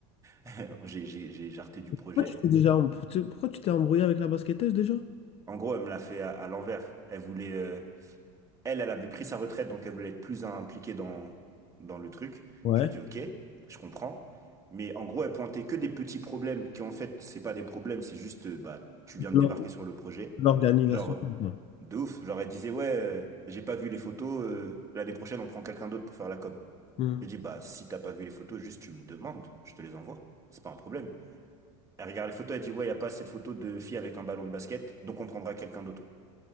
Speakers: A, on the right; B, on the left.
A: <laughs> j'ai j'ai- j'ai jarté du projet.
B: Pourquoi tu t'es déjà, em- tu- pourquoi tu t'es embrouillé avec la basketteuse déjà?
A: En gros, elle me l'a fait à, à l'envers. Elle voulait, euh, Elle, elle avait pris sa retraite, donc elle voulait être plus impliquée dans, dans le truc.
B: Ouais.
A: Je lui ai dit, ok, je comprends. Mais en gros, elle pointait que des petits problèmes qui, en fait, c'est pas des problèmes, c'est juste, euh, bah, tu viens de
B: L'or-
A: débarquer sur le projet.
B: L'organisation.
A: Genre,
B: Ouais.
A: de ouf. Genre, elle disait, ouais, euh, j'ai pas vu les photos, euh, l'année prochaine, on prend quelqu'un d'autre pour faire la com.
B: Mhm.
A: J'ai dit, bah, si t'as pas vu les photos, juste tu me demandes, je te les envoie. C'est pas un problème. Elle regarde les photos, elle dit, ouais, y a pas assez de photos de filles avec un ballon de basket, donc on prendra quelqu'un d'autre.